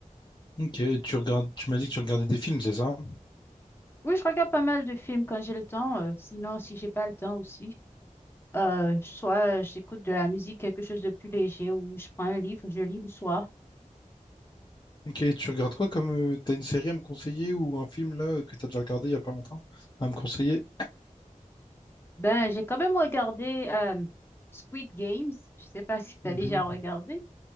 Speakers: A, on the left; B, on the left.
A: Ok, tu regardes, tu m'as dit que tu regardais des films, c'est ça?
B: Oui, je regarde pas mal de films quand j'ai le temps, euh, sinon, si j'ai pas le temps aussi. Euh, soit j'écoute de la musique, quelque chose de plus léger, ou je prends un livre, je lis le soir.
A: Ok, tu regardes quoi comme euh, t'as une série à me conseiller ou un film là que t'as déjà regardé il y a pas longtemps à me conseiller?
B: Ben, j'ai quand même regardé euh, Squid Games. Je sais pas <laughs> si tu
A: Mhm.
B: as déjà regardé.